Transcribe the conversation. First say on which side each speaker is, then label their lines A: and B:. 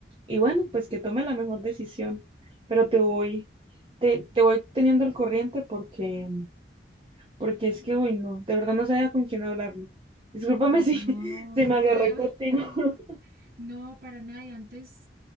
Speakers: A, on the right; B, on the right.
A: y bueno, pues que tome la mejor decisión. Pero te voy, te, te voy teniendo al corriente porque, porque es que hoy no, de verdad no sabía con quién hablarlo. Discúlpame
B: Ay,
A: si,
B: no,
A: <laughs> si
B: y
A: me agarré
B: creo,
A: contigo.
B: <laughs>
A: <laughs>
B: No, para nada. Y antes